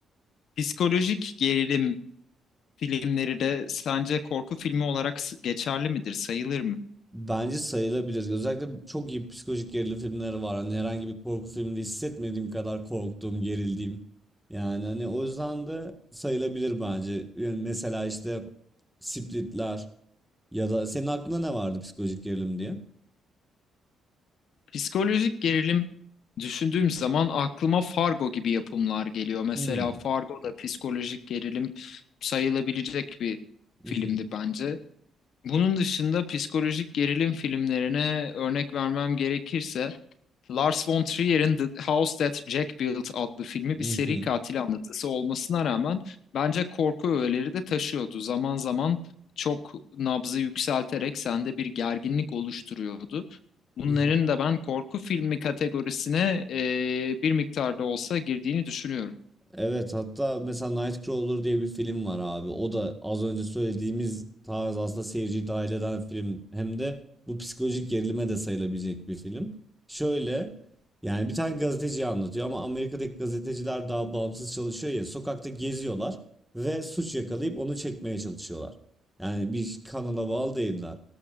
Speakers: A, on the left; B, in the centre.
A: Psikolojik gerilim filmleri de sence korku filmi olarak s- geçerli midir, sayılır mı?
B: <laughs> Bence sayılabilir. Özellikle çok iyi psikolojik gerilim filmleri var. Hani herhangi bir korku filminde hissetmediğim kadar korktuğum, gerildiğim. Yani hani o yüzden de sayılabilir bence. Yani mesela işte Splitler Ya da senin aklında ne vardı psikolojik gerilim diye?
A: Psikolojik gerilim düşündüğüm zaman aklıma Fargo gibi yapımlar geliyor. Mesela
B: Hmm.
A: Fargo da psikolojik gerilim sayılabilecek bir
B: mhm,
A: filmdi bence. Bunun dışında psikolojik gerilim filmlerine örnek vermem gerekirse Lars von Trier'in The House That Jack Built adlı filmi
B: mhm,
A: bir seri katil anlatısı olmasına rağmen bence korku öğeleri de taşıyordu. Zaman zaman çok nabzı yükselterek sende bir gerginlik oluşturuyordu. Bunların
B: mhm.
A: da ben korku filmi kategorisine eee, bir miktarda olsa girdiğini düşünüyorum.
B: Evet hatta mesela Nightcrawler diye bir film var abi. O da az önce söylediğimiz tarz aslında seyirciyi dahil eden film. Hem de bu psikolojik gerilime de sayılabilecek bir film. Şöyle yani bir tane gazeteciyi anlatıyor ama Amerika'daki gazeteciler daha bağımsız çalışıyor ya. Sokakta geziyorlar ve suç yakalayıp onu çekmeye çalışıyorlar. Yani bir kanala bağlı değiller.